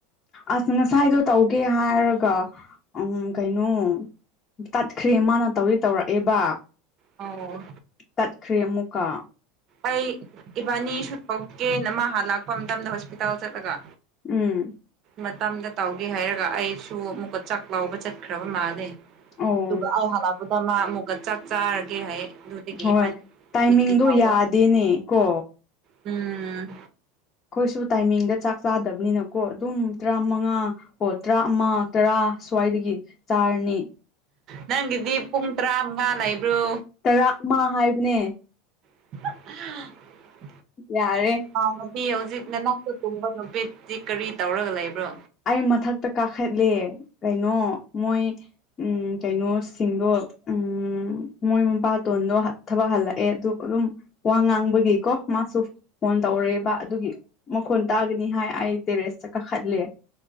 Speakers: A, on the left; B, on the right.
A: ꯑꯁ ꯉꯁꯥꯏꯗꯣ ꯇꯧꯒꯦ ꯍꯥꯏꯔꯒ ꯎꯝ ꯀꯩꯅꯣ ꯇꯠꯈ꯭ꯔꯦ ꯃꯥꯅ ꯇꯧꯗꯤ ꯇꯧꯔꯛꯑꯦꯕ
B: ꯑꯣ
A: ꯇꯠꯈ꯭ꯔꯦ ꯑꯃꯨꯛꯀ
B: ꯑꯩ ꯏꯕꯥꯅꯤ ꯁꯨ ꯇꯧꯒꯦꯅ ꯃꯥꯥ ꯍꯥꯂꯥꯛꯄ ꯃꯇꯝꯗ ꯍꯣꯁꯄꯤꯇꯥꯜ ꯆꯠꯂꯒ
A: ꯎꯝ
B: ꯃꯇꯝꯗ ꯇꯧꯒꯦ ꯍꯥꯏꯔꯒ ꯑꯩꯁꯨ ꯑꯃꯨꯛꯀ ꯆꯥꯛ ꯂꯥꯎꯕ ꯆꯠꯈ꯭ꯔꯕ ꯃꯥꯜꯂꯦ
A: ꯑꯣ
B: ꯑꯗꯨꯒ ꯑꯩ ꯍꯜꯂꯛꯄꯗ ꯃꯥ ꯑꯃꯨꯛꯀ ꯆꯥꯛ ꯆꯥꯔꯒꯦ ꯍꯥꯏꯌꯦ ꯑꯗꯨꯗꯒꯤ
A: ꯍꯣꯏ
B: ꯏꯕꯥꯅꯤ
A: ꯇꯥꯏꯃꯤꯡꯗꯣ
B: ꯒꯤꯗꯤ ꯇꯥꯎꯕ
A: ꯌꯥꯗꯦꯅꯦ ꯀꯣ
B: ꯎꯝ
A: ꯑꯩꯈꯣꯏꯁꯨ ꯇꯥꯏꯃꯤꯡꯗ ꯆꯥꯛ ꯆꯥꯗꯕꯅꯤꯅꯀꯣ ꯑꯗꯨꯝ ꯇꯔꯥꯃꯉꯥ ꯍꯣ ꯇꯔꯥ ꯑꯃ ꯇꯔꯥ ꯁ꯭ꯋꯥꯏꯗꯒꯤ ꯆꯥꯔꯅꯤ
B: ꯅꯪꯒꯤꯗꯤ ꯄꯨꯡ ꯇꯔꯥ ꯃꯉꯥ ꯂꯩꯕ꯭ꯔꯣ
A: ꯇꯔꯥ ꯑꯃ ꯍꯥꯏꯕꯅꯦ
B: <unintelligible>
A: ꯌꯥꯔꯦ
B: ꯑꯥ ꯅꯨꯄꯤ ꯍꯧꯖꯤꯛ ꯅꯅꯥꯛꯇ ꯇꯨꯝꯕ ꯅꯨꯄꯤꯁꯤ ꯀꯔꯤ ꯇꯧꯔꯒ ꯂꯩꯕ꯭ꯔꯣ
A: ꯑꯩ ꯃꯊꯛꯇ ꯀꯥꯈꯠꯂꯦ ꯀꯩꯅꯣ ꯃꯣꯏ ꯎꯝ ꯀꯩꯅꯣꯁꯤꯡꯗꯣ ꯎꯝ ꯃꯣꯏ ꯃꯄꯥꯇꯣꯟꯗꯣ ꯊꯕꯛ ꯍꯜꯂꯛꯑꯦ ꯑꯗꯨ ꯑꯗꯨꯝ ꯋꯥ ꯉꯥꯡꯕꯒꯤ ꯀꯣ ꯃꯥꯁꯨ ꯐꯣꯟ ꯇꯧꯔꯦꯕ ꯑꯗꯨꯒꯤ ꯃꯈꯣꯟ ꯇꯥꯒꯅꯤ ꯍꯥꯏ ꯑꯩ ꯇꯦꯔꯦꯁꯇ ꯀꯥꯈꯠꯂꯦ